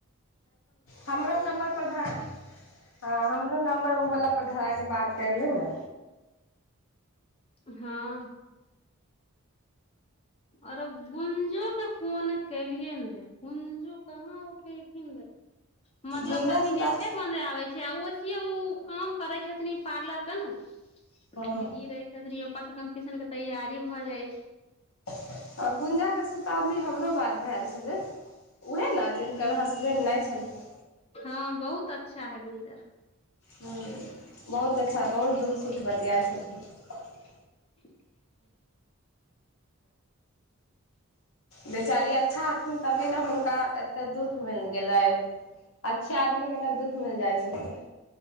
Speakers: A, on the left; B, on the left.
A: हमरो नम्बर परर धान हँ हमरो नम्बर ओवला परर धराय क बात कर ले ने
B: हँ आरो गुंजो के फोन केलियन रे गुंजो कहाँ उठेलखिन रे मतलब
A: गुंजा
B: कभी
A: से
B: नेते
A: तऽ
B: बन्दे आबे छै ओ कि ओ काम करै छथिन पार्लर के ने
A: हँ
B: ली रय पर से कम्पटीशन के तैयारी भऽ जाइ छै
A: ह गुंजाके सीताम भी हमरो बात भेल छलै उएह ने जिनकर
B: हूँ
A: हसबैंड नहि छलखिन
B: हँ बहुत अच्छा है गुंजा
A: ह्म बहुत अच्छा बहुत दुःख सुख बतियाइ छलखिन
B: <inaudible>
A: बेचारी अच्छा हथिन तभी ने हुनका एते दुःख मिल गेलै अच्छे आदमी के ने दुःख मिल जाइ छै ठीक